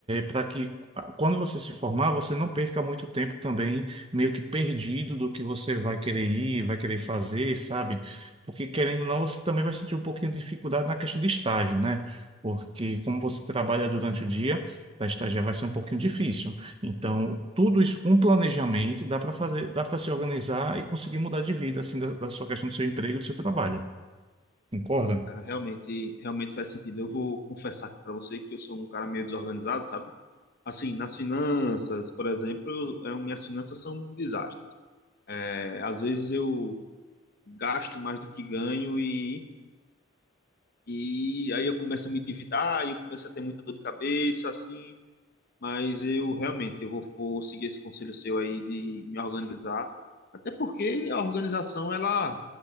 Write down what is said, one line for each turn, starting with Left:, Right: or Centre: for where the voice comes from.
Right: para que ah, quando você se formar, você não perca muito tempo também, meio que perdido do que você vai querer ir, vai querer fazer, sabe? Porque querendo ou não, você também vai sentir um pouquinho de dificuldade na questão de estágio, né? Porque como você trabalha durante o dia, para estagiar vai ser um pouquinho difícil. Então, tudo isso com planejamento dá para fazer, dá para se organizar e conseguir mudar de vida, assim, da, da sua questão do seu emprego, do seu trabalho. Concorda?
Left: E, Cara, realmente, realmente faz sentido. Eu vou confessar aqui pra você que eu sou um cara meio desorganizado, sabe? Assim, nas finanças, por exemplo, eu- é, minhas finanças são um desastre. É, às vezes eu gasto mais do que ganho e, e aí eu começo a me endividar, e eu começo a ter muita dor de cabeça, assim. Mas eu realmente eu vou, vou seguir esse conselho seu aí de me organizar, até porque a organização ela